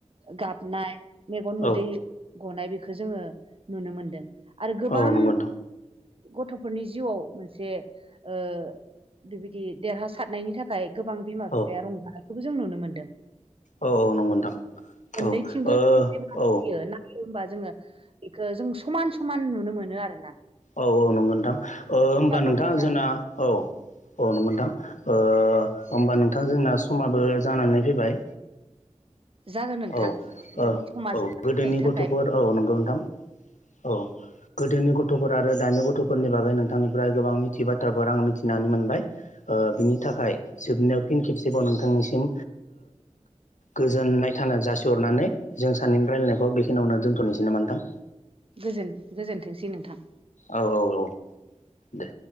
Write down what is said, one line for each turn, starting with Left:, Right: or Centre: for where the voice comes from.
Right: गाबनाय मेगन मोदै
Left: औ
Right: गनाय बेखो जोङो नुनो मोनदों आरो गोबां
Left: औ नंगौ नोंथां
Right: गथ'फोरनि जिउआव मोनसे ओ बेबायदि देरहासारनायनि थाखाय गोबां बिमा बिफाया
Left: औ
Right: रंजानायखौबो जों नुनो मोन्दों।
Left: औ औ नंगौ नोंथां।
Right: मोननैथिंबो
Left: औ ओ
Right: जों जयो
Left: औ
Right: नायो होमबा जोङो अ जों समान समान नुनो मोनो आरो ना।
Left: औ-औ नंगौ नोंथां होमबा नोंथां
Right: गथ'फ्रा
Left: जोंना औ औ नंगौ नोंथां ओ होमबा नोंथां जोंना समाबो जानानै फैबाय
Right: जागोन नोंथां
Left: औ
Right: जोंनि
Left: औ
Right: समा जोबना
Left: गोदोनि
Right: फैनायनि थाखाय
Left: गथ'फोर औ नंगौ नोंथां औ गोदोनि गथ' गथ'फोर आरो दानि गथ'फोरनि बागै नोंथांनिफ्राय गोबां मिथि बाथ्राफोर आं मिथिनानै मोनबाय ओ बिनि थाखाय
Right: औ
Left: जोबनायाव फिन खेबसेबाव नोंथांनिसिम गोजोननाय थानो जासिहरनानै जों सानैनि रायज्लायनायखौ बेखिनियावनो दोन्थ'नोसै नामा नोंथां?
Right: गोजोन गोजोनथोंसै नोंथां।
Left: औ--औ-औ दे